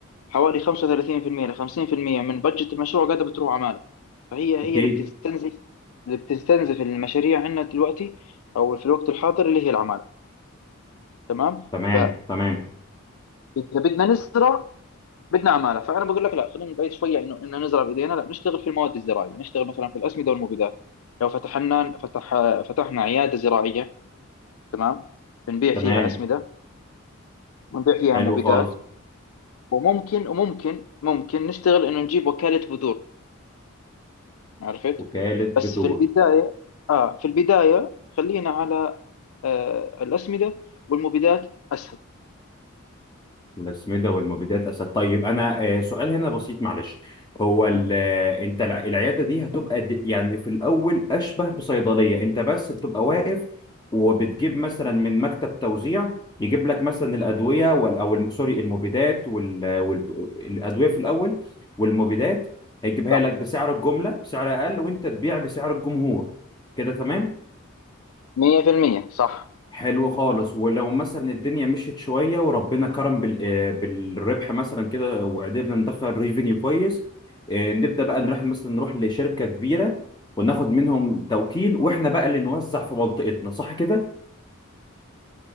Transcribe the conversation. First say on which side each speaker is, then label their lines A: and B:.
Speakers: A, on the left; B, on the left.
A: حوالي 35% ل 50% من بجت المشروع قاعدة بتروح عمالة فهي هي
B: اكيد
A: اللي بتستنزف اللي بتستنزف المشاريع عندنا دلوقتي أو في الوقت الحاضر اللي هي العمالة تمام
B: تمام
A: فإذا
B: تمام
A: بدنا نزرع بدنا عماله فانا بقول لك لا خلينا نبعد شويه انه ان نزرع بايدينا لا نشتغل في المواد الزراعيه نشتغل مثلا في الاسمده والمبيدات لو فتحنا فتح فتحنا عياده زراعيه تمام بنبيع
B: تمام
A: فيها اسمده بنبيع فيها
B: حلو
A: مبيدات
B: خالص
A: وممكن وممكن ممكن نشتغل انه نجيب وكاله بذور عرفت
B: وكاله بترول
A: بس في البدايه اه في البدايه خلينا على آه الاسمده والمبيدات اسهل
B: الأسمدة والمبيدات أسد طيب أنا آه، سؤال هنا بسيط معلش هو ال-
A: م،
B: آه، أنت الع- العيادة دي هتبقى د- يعني في الأول أشبه بصيدلية أنت بس بتبقى واقف وبتجيب مثلا من مكتب توزيع يجيب لك مثلا الأدوية وال- أو الم- سوري المبيدات والأدوية في الأول والمبيدات هيجيبها
A: صح
B: لك بسعر الجملة بسعر أقل وأنت تبيع بسعر الجمهور كده تمام؟
A: 100% صح
B: حلو خالص ولو مثلا الدنيا مشيت شويه وربنا كرم بال... آه، بالربح مثلا كده وقدرنا ندخل ريفينيو كويس آه، نبدا بقى نروح مثلا نروح لشركه كبيره وناخد منهم توكيل واحنا بقى اللي نوزع في منطقتنا صح كده